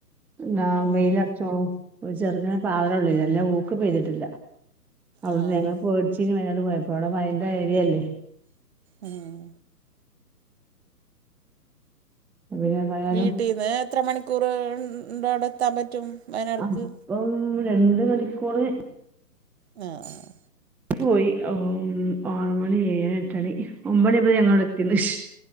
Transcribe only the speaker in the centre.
എന്നാ
വെയിലറച്ചോണുംഒരു ചെറ്ങ്ങനെ പാറലൊള്ളേനി വല്ലാതെ ഊക് പെയ്തിട്ടില്ല അവിട്ന്ന്
ഞങ്ങള് പേടിച്ചീനിം വയനാട് പോയപ്പം അവിടെ മഴന്റെ ഏരിയല്ലേ
പിന്നെ എന്തായാലും
അപ്പം രണ്ട് മണിക്കൂറ്
പോയി ആറ് മണി ഏഴു മണി എട്ട് മണി ഒമ്പണി് ആയപം ഞങ്ങളവിടെതിണ്